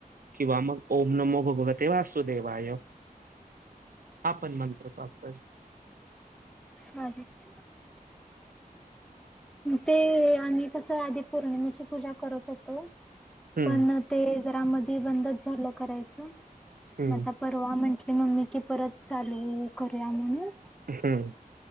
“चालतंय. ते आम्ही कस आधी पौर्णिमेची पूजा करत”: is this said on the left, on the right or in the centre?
Centre